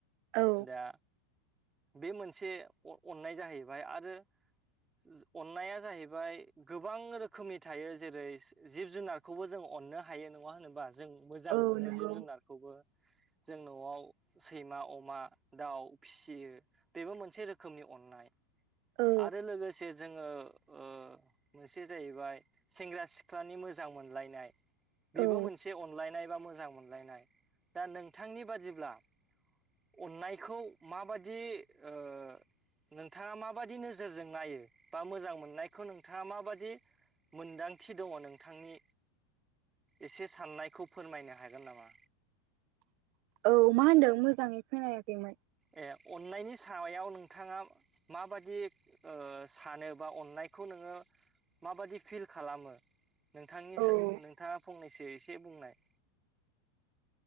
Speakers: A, on the right; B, on the right.
A: औ
B: दा बे मोनसे अननाय जाहैबाय आरो जो अननाया जाहैबाय गोबां रोखोमनि थायो जेरै जिब जुनारखौबो जों अननो हायो नङा होनोबा जों मोजां
A: औ
B: मोनो
A: नंगौ
B: जिब जुनारखौबो जों नआव सैमा अमा दाउ फिसियो बेबो मोनसे रोखोम रोखोमनि अननाय
A: औ
B: आरो लोगोसे जोङो ओ मोनसे जाहैबाय सेंग्रा सिख्लानि मोजां मोनलायनाय बेबो
A: औ
B: मोनसे अनलायनाय बा मोजां मोनलायनाय दा नोंथांनि बादिब्ला अननायखौ माबायदि ओ नोंथाङा माब माबायदि नोजोरजों नायो बा मोजां मोननायखौ नोंथाङा माबायदि मोनदांथि दङ नोंथांनि एसे साननायखौ फोरमायनो हागोन नामा
A: औ मा होनदों मोजाङै खोनायाखैमोन
B: ए अन्नायनि सायाव नोंथाङा माबादि ओ सानो बा अननायखौ नोङो माबादि फिल खालामो नोंथांनि
A: औ ओ
B: सो नोंथाङा फंनैसो एसे बुंनाय